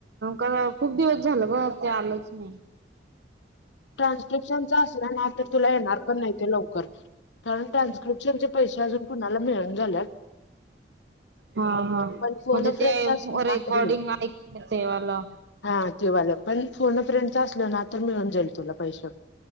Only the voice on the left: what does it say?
ट्रान्स्क्रिप्शनचा असल ना तर तुला येणार पण नाही ते लवकर. कारण ट्रान्स्क्रिप्शन चे पैसे अजून कुणाला मिळून झाल्यात
पण फोन अ फ्रेंडचा
असला
ना तरी येईल.
हा तेवालं पण फोर्ण फ्रेंडच असल ना तर मिळून जाईल तुला पैसे.